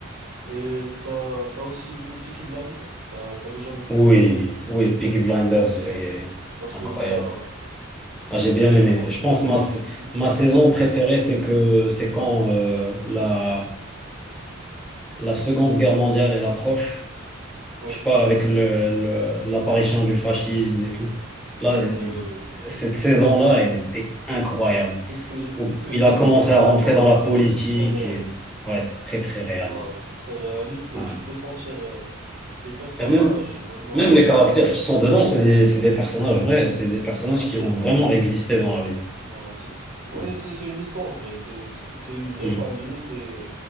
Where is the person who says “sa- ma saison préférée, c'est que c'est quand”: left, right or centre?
Centre